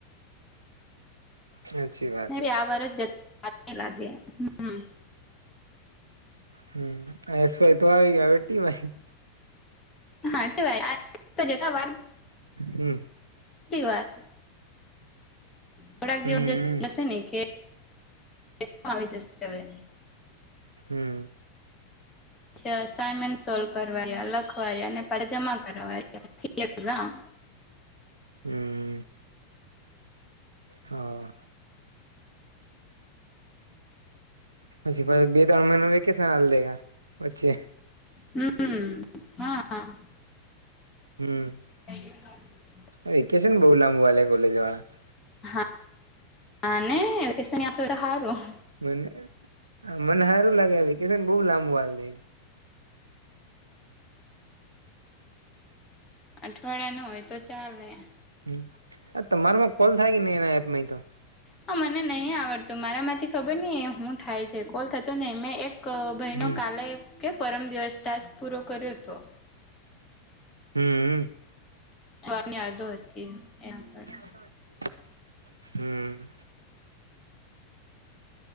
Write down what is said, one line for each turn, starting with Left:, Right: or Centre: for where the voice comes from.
Right: હાચી વા
Left: ને બી આ વર્ષ જે <inaudible> લાગે. હમ
Right: હમ્મ, એ સેટ વાઈ હવે ટી વાઈ.
Left: <inaudible> કેટલી
Right: હમ્મ
Left: વાર થોડાક
Right: હમ્મ
Left: દિવસ જશે ને કે કે ના આવી જશે હવે.
Right: હમ્મ.
Left: જે અસાઈમેન્ટ સોલ્વ કરવા લખવા પાછ જમા કરવાય પછી એક્ઝામ.
Right: હમ્મ. હા. પછી પાએ બે ત્રણ મહિનો વેકેશન આલ દેગા વચ્છે.
Left: હમ્મ, હા હા.
Right: હમ્મ.
Left: <unintelligible>
Right: વેકેશન બહુ લાંબુ વાલે કોલેજ વાળા.
Left: હા ને <inaudible> હારું.
Right: મને મને હારું લાગે આ વેકેશન બઉુ લાંબુ આલ દે.
Left: અઠવાડિયા નો હોય તો ચાલે.
Right: હમ્મ. આ તમારા માં કોલ થાય કે નહી એના એપ માંય તો.
Left: હા મને નહીં આવડતું મારામાંથી ખબર નઈ હું થાય છે કોલ થતો નહીં. મેં એક ક ભઈનો
Right: હમ
Left: કાલે કે પરમ દિવસ ટાસ્ક પૂરો કર્યો તો.
Right: હમ્મ અમ્મ.
Left: વા ની યાદો હતી યા પર.
Right: હા હમ